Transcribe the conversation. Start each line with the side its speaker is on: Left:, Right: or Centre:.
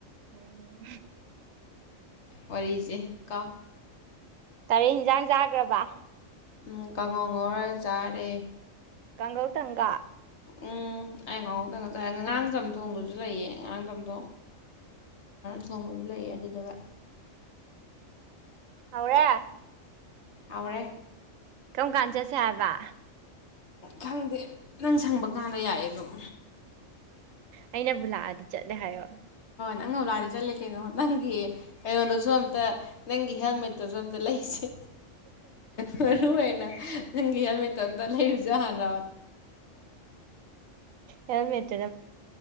Right: ꯎꯝ
Left: ꯋꯥꯔꯤꯁꯦ ꯀꯣ
Right: ꯀꯔꯤ ꯍꯤꯟꯖꯥꯡ ꯆꯥꯈ꯭ꯔꯕ
Left: ꯎꯝ ꯀꯥꯡꯒꯧꯉꯧꯔ ꯆꯥꯔꯦ
Right: ꯀꯥꯡꯒꯧ ꯇꯪꯒꯥ
Left: ꯎꯝ ꯑꯩ ꯉꯥꯎꯍꯧꯗꯪ ꯉꯖꯥꯏꯔꯦ ꯉꯔꯥꯡ ꯆꯝꯊꯣꯡꯗꯨꯁꯨ ꯂꯩꯌꯦ ꯉꯔꯥꯡ ꯆꯝꯊꯣꯡ ꯊꯣꯡꯕꯁꯨ ꯂꯩꯌꯦ ꯑꯗꯨꯗꯕ
Right: ꯍꯥꯎꯔꯦ
Left: ꯍꯥꯎꯔꯦ
Right: ꯀꯝ ꯀꯥꯟ ꯆꯠꯁꯦ ꯍꯥꯏꯕ
Left: ꯈꯪꯗꯦ ꯅꯪ ꯁꯪꯕ ꯀꯥꯟꯗ ꯌꯥꯏꯌꯦ ꯑꯗꯨꯝ
Right: ꯑꯩꯅꯕꯨ ꯂꯥꯛꯑꯗꯤ ꯆꯠꯂꯦ ꯍꯥꯏꯌꯣ
Left: ꯅꯪꯅꯕꯨ ꯂꯥꯛꯑꯗꯤ ꯆꯠꯂꯦ ꯀꯩꯅꯣ ꯅꯪꯒꯤ ꯀꯩꯅꯣꯗꯁꯨ ꯑꯝꯇ ꯅꯪꯒꯤ ꯍꯦꯜꯃꯦꯠꯇꯨꯁꯨ ꯑꯝꯇ ꯂꯩꯁꯦ ꯃꯔꯨ ꯑꯣꯏꯅ ꯅꯪꯒꯤ ꯍꯦꯜꯃꯦꯠꯇꯣ ꯑꯝ ꯂꯩꯔꯨꯁꯦ ꯍꯥꯟꯅꯥ
Right: ꯍꯦꯝꯂꯦꯠ